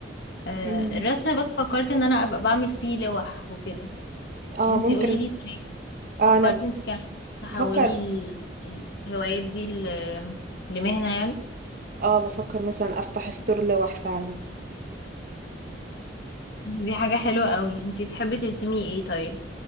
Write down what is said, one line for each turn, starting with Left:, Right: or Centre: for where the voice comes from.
Left: آه،
Right: مم.
Left: الرسم بس فكرت ان انا ابقى بعمل فيه لوح وكده
Right: اه
Left: انتي
Right: ممكن
Left: قولي لي طيب
Right: آه
Left: فكرتي
Right: انا
Left: انت كمان تحولي
Right: بفكر
Left: ال- الهوايات دي ل- لمهنة يعني
Right: اه بفكر مثلا افتح ستور لوح فعلا
Left: دي حاجة حلوة قوي انتي بتحبي ترسمي ايه طيب